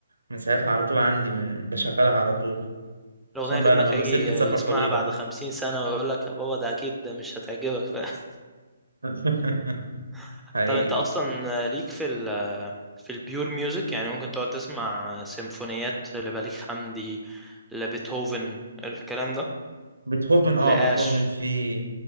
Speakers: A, on the right (about 75°); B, in the centre.
A: من ساعتها على طول عندي من- بشغلها على طول
B: الأغنية
A: خصوصا بقى
B: اللي ابنك
A: لما بيبقى
B: هيجي
A: سكة
B: يسمعها
A: سفر طويلة
B: بعد خمسين سنة ويقول لك يا بابا ده أكيد ده مش هتعجبك ف...
A: <laughs>
B: <laughs>
A: حقيقي
B: طب أنت أصلا ليك في ال... في البيور ميوزك يعني ممكن تقعد تسمع سيمفونيات لبليغ حمدي لبيتهوفن الكلام ده
A: بيتهوفن اه
B: لآش
A: بيتهوفن في